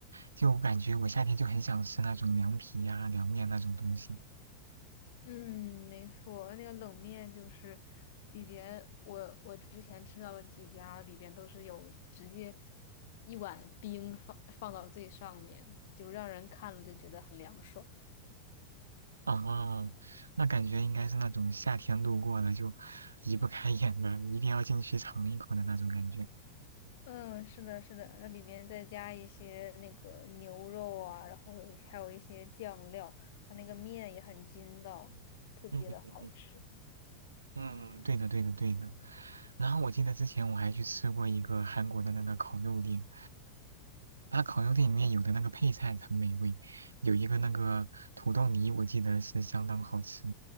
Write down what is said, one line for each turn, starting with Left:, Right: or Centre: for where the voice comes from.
Right: 就感觉我夏天就很想吃那种凉皮呀、凉面那种东西。
Left: 嗯，没错，那个冷面就是里边，我我之前吃到的几家里边都是有直接一碗冰放放到最上面，就让人看了就觉得很凉爽。
Right: 哦，那感觉应该是那种夏天路过了就移不开眼的，一定要进去尝一口的那种感觉。
Left: 嗯，是的，是的，那里面再加一些那个牛肉啊，然后有一还有一些酱料，它那个面也很筋道，特别的好吃。
Right: 嗯嗯嗯嗯，对的，对的，对的。然后我记得之前我还去吃过一个韩国的那个烤肉店，他烤肉店里面有的那个配菜很美味，有一个那个土豆泥，我记得是相当好吃。